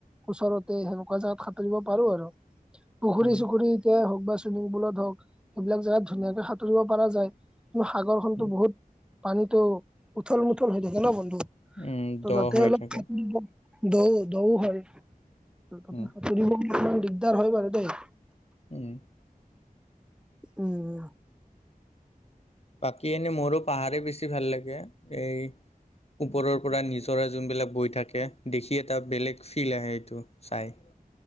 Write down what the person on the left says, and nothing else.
উম,
উম,
উম, দ
হৈ
থাকে
উম,
উম',
বাকী এনেই মোৰো পাহাৰে বেছি ভাল লাগে এ' ওপৰৰ পৰা নিজৰা যোনবিলাক বৈ থাকে, দেখি এটা বেলেগ ফিল আহে এইটো চাই।